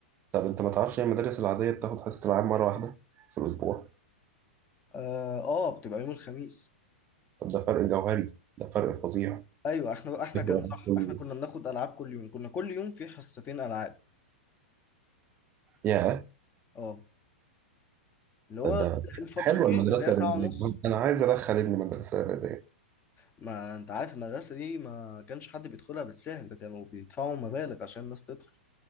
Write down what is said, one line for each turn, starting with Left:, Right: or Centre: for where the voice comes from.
Right: طب انت ما تعرفش ان المدارس العادية بتاخد حصة العاب مرة واحدة في الاسبوع
Left: اه آه، بتبقى يوم الخميس
Right: طب ده فرق جوهري ده فرق فظيع
Left: ايوه احنا احنا
Right: بتبقى
Left: كان صح
Right: كل
Left: احنا
Right: يوم.
Left: كنا بناخد ألعاب كل يوم كنا كل يوم في حصتين ألعاب
Right: يا
Left: اه اللي هو
Right: ده ده
Left: الفترتين
Right: حلوة المدرسة
Left: اللي هي ساعة
Right: الرياضية
Left: ونص
Right: انا عايز ادخل ابني مدرسة رياضية
Left: ما انت عارف المدرسة دي ما كانش حد بيدخلها بالسهل ده كانوا بيدفعوا مبالغ عشان الناس تدخل